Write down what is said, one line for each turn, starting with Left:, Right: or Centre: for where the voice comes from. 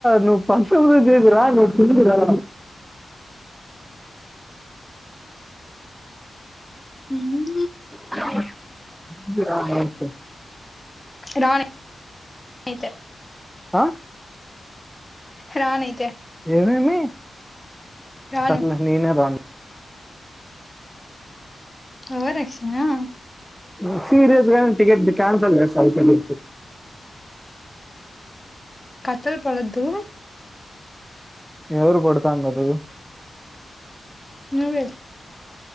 Centre: నువ్వు పసముద చేదురా నువ్ తిందు రా
Left: మ్
Centre: తిందు రా <unintelligible>
Left: రానైతే
Centre: ఆ
Left: రానైతే
Centre: ఏమేమి
Left: రాను
Centre: సర్లే నేనే రాను
Left: ఓవరాక్షన్ ఆ
Centre: నేన్ సీరియస్గానే టికెట్ ది క్యాన్సల్ చేస్తా అయితే నేకు
Left: కత్తల్ పడద్ధు
Centre: ఎవరు పడతండేది
Left: నువ్వే